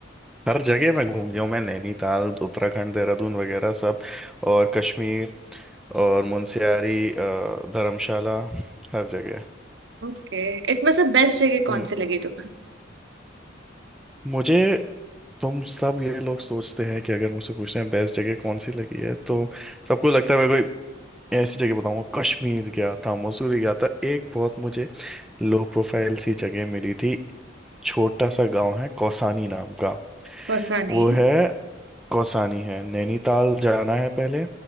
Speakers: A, in the centre; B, on the right.
A: हर जगह मैं घूम लिया हूँ मैं नैनीताल उत्तराखंड देहरादून वगैरह सब और कश्मीर और मुनस्यारी अ, धर्मशाला हर जगह
B: ओके इसमें से बेस्ट जगह कौन
A: हम्म,
B: सी लगी तुम्हें
A: मुझे तुम सब ये लोग सोचते हैं कि अगर मुझसे पूछते हैं बेस्ट जगह कौन सी लगी है तो सबको लगता है मैं कोई ऐसी जगह बताऊंगा कश्मीर गया था मसूरी गया था एक बहुत मुझे लो प्रोफाइल सी जगह मिली थी छोटा सा गांव है कौसानी नाम का
B: कौसानी
A: वो है कौसानी है नैनीताल जाना है पहले